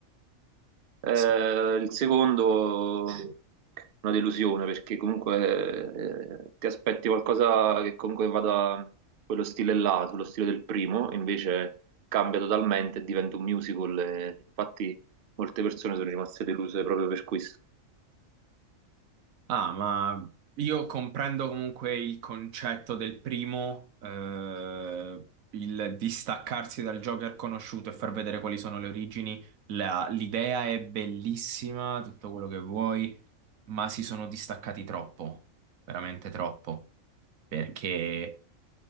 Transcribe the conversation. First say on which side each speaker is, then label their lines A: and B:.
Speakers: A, on the right; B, on the right.
A: Eh,
B: sì.
A: il secondo, una delusione, perché comunque eh, ti aspetti qualcosa che comunque vada quello stile là, sullo stile del primo, e invece cambia totalmente e diventa un musical. e infatti molte persone sono rimaste deluse proprio per questo.
B: Ah, ma io comprendo comunque il concetto del primo, eh, il distaccarsi dal Joker conosciuto e far vedere quali sono le origini. La- l'idea è bellissima, tutto quello che vuoi, ma si sono distaccati troppo, veramente troppo, perché